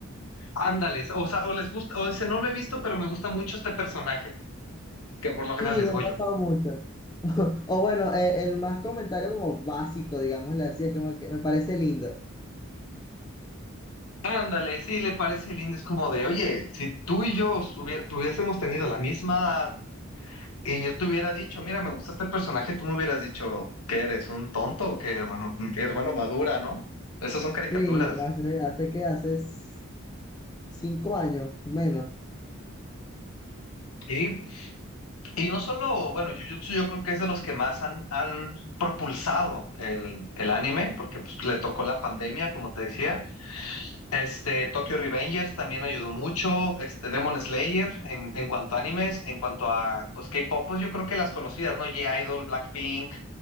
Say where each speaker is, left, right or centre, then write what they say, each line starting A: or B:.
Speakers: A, on the left; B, on the left.
A: Ándales, o sea, o les gusta, o dice, no lo he visto, pero me gusta mucho este personaje, que por lo general
B: Sí,
A: es
B: me
A: Goyo.
B: ha pasado mucho. <laughs> O bueno, eh, el más comentario como básico, digámosle así, es como que me parece lindo.
A: Ándale, sí, le parece lindo, es como de, oye, si tú y yo hubié- tuviésemos tenido la misma edad, Y yo te hubiera dicho, mira, me gusta este personaje, tú me hubieras dicho, ¿qué eres? ¿Un tonto o qué, hermano? Mm, ¿Qué hermano madura, no? Esas son caricaturas.
B: Sí, hace, hace que hace s- cinco años, menos.
A: Y, y no solo, bueno, Jujutsu yo creo que es de los que más han, han propulsado el, el anime, porque pues, le tocó la pandemia, como te decía. Este, Tokyo Revengers también ayudó mucho, este, Demon Slayer en, en cuanto a animes, en cuanto a, pues, K-pop, pues yo creo que las conocidas, ¿no? G-Idol, Blackpink,